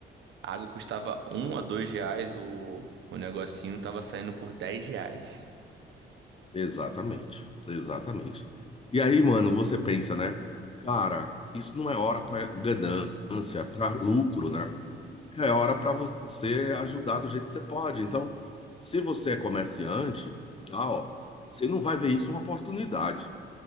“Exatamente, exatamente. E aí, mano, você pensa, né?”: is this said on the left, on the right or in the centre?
Left